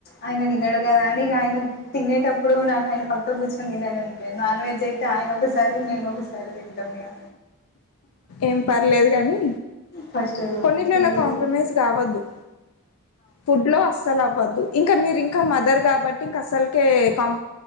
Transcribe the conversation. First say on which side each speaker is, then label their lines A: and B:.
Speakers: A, on the left (about 45°); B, on the left (about 80°).
A: ఆయన తినడు కదా అని ఇగ ఆయన తినేటప్పుడు నాకు ఆయన పక్కన కూచొని తినాలని నాన్ వెజ్ అయి ఆయన ఒకసారి మేము ఒకసారి తింటాం ఇగ
B: ఏం పర్లేదు గాని
A: ఫస్ట్
B: కొన్నిట్లలో
A: తినేసి
B: కాంప్రమైజ్ కావద్దు ఫుడ్ లో అస్సలు అవ్వద్దు ఇంకా మీరు ఇంకా మదర్ కాబట్టి ఇంకా అసలుకే కాం